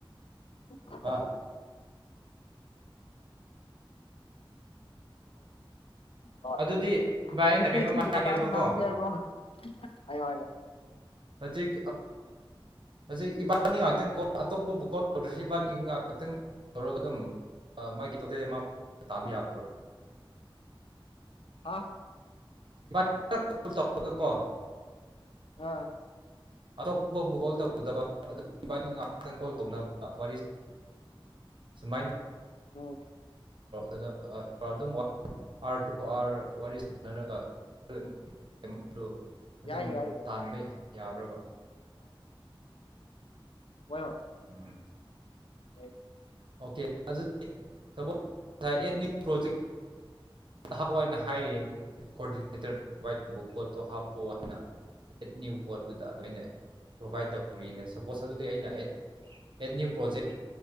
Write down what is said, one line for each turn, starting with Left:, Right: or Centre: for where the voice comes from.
Left: ꯈꯣꯏ ꯀ
Right: ꯍꯥ
Left: ꯀ ꯑꯣ
Right: ꯑꯗꯨꯗꯤ ꯚꯥꯏ ꯑꯩꯅ
Left: ꯌꯨ
Right: ꯀꯩꯅꯣꯝ
Left: ꯄꯁꯤꯒꯤ
Right: ꯍꯥꯏꯒꯦꯕꯀꯣ
Left: ꯃꯇꯅꯨꯡ ꯉꯥꯡꯁꯦꯕꯣ ꯍꯥꯏꯎ
Right: ꯍꯧꯖꯤꯛ ꯍꯧꯖꯤꯛ ꯏꯕꯥꯅꯤ ꯉꯥꯛꯇꯪ ꯀꯣ ꯑꯇꯣꯞꯄꯕꯨ ꯀꯣꯜ ꯇꯧꯗ꯭ꯔꯁꯤ ꯏꯕꯥꯅꯤ ꯉꯥꯏꯍꯥꯛꯇꯪ ꯇꯧꯔꯒ ꯑꯗꯨꯝ ꯃꯥꯒꯤ ꯇꯣꯇꯦꯜ ꯇꯟꯕ ꯌꯥꯕꯔꯣ
Left: ꯍꯥ
Right: ꯇꯒ ꯀꯣ
Left: ꯑꯥ꯫
Right: ꯑꯇꯣꯞꯄ ꯐꯕꯨ ꯀꯣꯜ ꯇꯧꯗꯕ ꯑꯗꯨ ꯏꯕꯥꯅꯤ ꯉꯥꯏꯍꯥꯛꯇꯪ ꯀꯣꯜ ꯇꯧꯅꯕ ꯋꯥꯔꯤ ꯁꯨꯃꯥꯏꯅ
Left: ꯎꯝ
Right: ꯑꯗꯨꯥꯔ ꯑꯥꯔ ꯋꯥꯔꯤ ꯁꯥꯟꯅꯔꯒ ꯍ ꯑꯗꯨꯝ
Left: ꯌꯥꯏ ꯌꯥꯏ
Right: ꯇꯥꯟꯕ ꯌꯥꯏ ꯌꯥꯕ꯭ꯔꯕ
Left: ꯣꯏꯣ
Right: ꯎꯝ
Left: ꯍꯥꯏ
Right: ꯑꯣꯀꯦ <unintelligible> <unintelligible> <unintelligible> ꯄ꯭ꯔꯣꯖꯦꯛ ꯍꯋꯥꯏꯅ <unintelligible> ꯍꯥꯏꯌꯦ ꯀꯣꯑꯣꯔꯗꯤꯅꯦꯇꯔ ꯇꯧꯕ ꯀꯣꯠ ꯇꯣ ꯍꯥꯞꯄꯣ ꯍꯥꯏꯅꯠ ꯅ꯭ꯌꯨ ꯀꯣꯠꯇꯨꯗ ꯑꯗꯨꯃꯥꯏꯅ ꯄ꯭ꯔꯣꯚꯥꯏꯗ ꯇꯧꯔꯤꯅ ꯁꯄꯣꯁ ꯑꯗꯨꯗꯤ ꯑꯩꯅ ꯑꯦꯠ ꯑꯦꯠ ꯅ꯭ꯌꯨ ꯄ꯭ꯔꯣꯖꯦꯛ